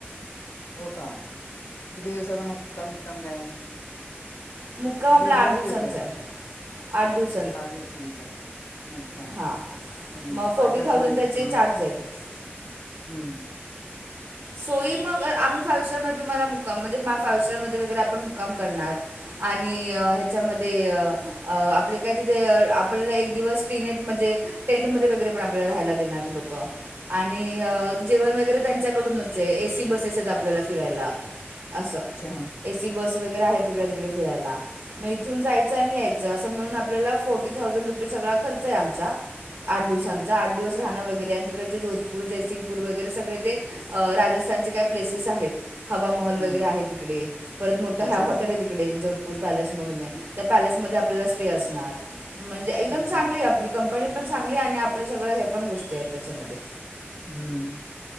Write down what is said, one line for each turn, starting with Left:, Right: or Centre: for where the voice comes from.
Left: हो का किती दिवसाच मुक्काम बीकाम काय?
Right: मुक्काम
Left: किती
Right: आपला
Left: दिवसाची
Right: आठ दिवसांचा
Left: ट्रिप
Right: आहे आठ दिवस.
Left: आठ दिवसांचा अच्छा
Right: हां
Left: अन
Right: मग फोर्टी
Left: काय-काय
Right: थाउजंड
Left: सोयी येते
Right: त्याचे
Left: मग?
Right: चार्ज आहेत
Left: हम्म.
Right: सोई मग आम्ही फायव्ह सटार मध्ये तुम्हाला मुक्काम म्हणजे माय फाइव स्टार मध्ये वगैरे आपण मुक्काम करणार. आणि अ ह्याच्यामध्ये अ अ आपले काय तिथे आपल्याला एक दिवस तीनट म्हणजे टेंटमध्ये वगैरे पण आपल्याला राहायला देणार ते लोकं आणि अ जेवण वगैरे त्यांच्या कडूनच आहे ए सी बसेस आहेत आपल्याला फिरायला असं.
Left: अच्छा.
Right: ए सी बस वगैरे आहे तिकडे तिकडे फिरायला. म इथून जायचं आणि यायचं असं मिळून आपल्याला फोर्टी थाउजंड रुपी सगळा खर्चा आहे आमचा आठ दिवसांचा आठ दिवस राहणं वगैरे आणि तिकडचे जोधपूर, जयसिंगपूर वगैरे सगळे ते अ राजस्थानचे काही प्लेसेस आहेत. हवा महल
Left: हम्म
Right: वगैरे आहे तिकडे परत मोठं
Left: अच्छा
Right: ह्या हॉटेल आहे तिकडे जो धपूर पॅलेस म्हणून आहे त्या पॅलेसमध्ये आपल्याला स्टे असणार म्हणजे एकदम
Left: अच्छा
Right: चांगली आपली कंपनी पण चांगली आणि आपलं सगळं हे पण गोष्टी आहे त्याच्यामध्ये.
Left: हम्म.